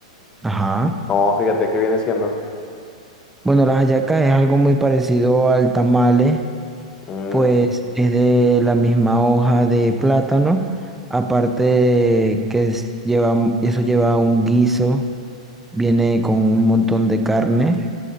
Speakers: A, in the centre; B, on the left.
A: Ajá.
B: No, fíjate, ¿qué viene siendo?
A: Bueno, las hallacas es algo muy parecido al tamale,
B: Mm,
A: pues es de la misma hoja de plátano, aparte que es- lleva, eso lleva un guiso, viene con un montón de carne,